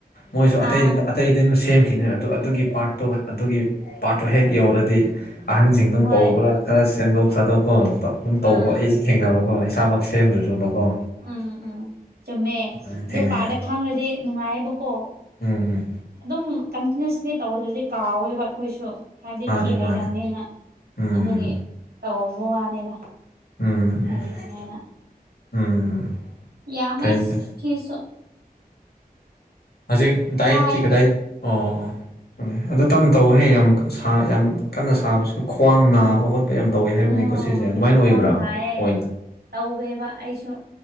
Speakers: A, on the left; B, on the right.
A: ꯃꯣꯏꯁꯨ ꯑꯇꯩꯗꯤ
B: ꯑꯥ
A: ꯑꯇꯩꯗꯤ ꯑꯗꯨꯝ ꯁꯦꯝꯈꯤꯅꯤ ꯑꯗꯨ ꯑꯗꯨꯒꯤ ꯄꯥꯔꯠꯇꯣ ꯑꯗꯨꯒꯤ ꯄꯥꯔꯠꯇꯣ ꯍꯦꯛ ꯌꯧꯔꯗꯤ ꯑꯍꯟ ꯁꯤꯡꯗꯨꯝ
B: ꯍꯣꯏ
A: ꯀꯧꯕ꯭ꯔꯥ ꯈꯔ ꯁꯦꯝꯗꯣꯛ ꯁꯥꯗꯣꯛꯀꯣ ꯗꯨꯝ ꯇꯧꯕ
B: ꯑꯥ
A: ꯑꯩꯁꯦ ꯊꯦꯡꯅꯕꯀꯣ ꯏꯁꯥꯃꯛ ꯁꯦꯝꯗ꯭ꯔꯁꯨꯕꯀꯣ
B: ꯎꯝ ꯎꯝ ꯆꯨꯝꯃꯦ
A: ꯑꯗꯨꯃꯥꯏꯅ
B: ꯑꯗꯨ
A: ꯊꯦꯡꯅꯩꯌꯦ
B: ꯄꯥꯗ ꯈꯪꯔꯗꯤ ꯅꯨꯡꯉꯥꯏꯌꯦꯕꯀꯣ
A: ꯎꯝ ꯎꯝ
B: ꯑꯗꯨꯝ ꯀꯟꯇꯤꯅꯨꯁꯂꯤ ꯇꯧꯗ꯭ꯔꯗꯤ ꯀꯥꯎꯋꯦꯕ ꯑꯩꯈꯣꯏꯁꯨ ꯍꯥꯏꯕꯗꯤ
A: ꯃꯥꯅꯦ
B: ꯐꯤ ꯍꯩꯗꯝꯅꯤꯅ
A: ꯃꯥꯅꯦ ꯎꯝ
B: ꯑꯗꯨꯒꯤ ꯇꯧꯕ ꯋꯥꯅꯤꯗ
A: ꯎꯝ
B: ꯍꯩꯅꯤꯡꯉꯥꯏꯅ
A: ꯎꯝ ꯎꯝ
B: ꯌꯥꯝꯃꯦ
A: ꯐꯩ
B: <unintelligible>
A: ꯐꯩ ꯍꯧꯖꯤꯛ ꯗꯥꯏꯠꯇꯤ
B: ꯋꯥꯏ
A: ꯀꯗꯥꯏ ꯑꯣ ꯑꯣ ꯑꯗꯨ ꯇꯝ ꯇꯧꯍꯦ ꯌꯥꯝ ꯁꯥ ꯌꯥꯝ ꯀꯟꯅ ꯁꯥꯕꯁꯨ ꯈ꯭ꯋꯥꯡ ꯅꯥꯕ ꯍꯣꯠꯄ ꯌꯥꯝ ꯇꯧꯋꯤ ꯍꯥꯏꯕꯅꯤ
B: ꯎꯝ
A: ꯀꯣ ꯁꯤꯁꯦ ꯑꯗꯨꯃꯥꯏꯅ
B: ꯈ꯭ꯋꯥꯡ
A: ꯑꯣꯏꯕ꯭ꯔꯥ
B: ꯅꯥꯏꯌꯦ
A: ꯑꯣꯏꯅ
B: ꯇꯧꯋꯦꯕ ꯑꯩꯁꯨ